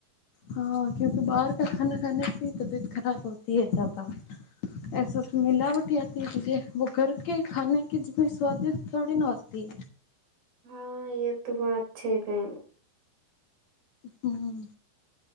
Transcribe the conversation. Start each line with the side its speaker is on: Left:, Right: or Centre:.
Left: હા ક્યોંકિ બહાર કા ખાના ખાને સે હિ તબિયત ખરાબ હોતી હ જ્યાદા એસસ મિલાવટી આતી તીજે વ ઘર કે ખાને કે જીની સ્વાદિષ્ટ થોડી ના હોતી.
Right: હા એ તો બાત છે તેરી.
Left: હમ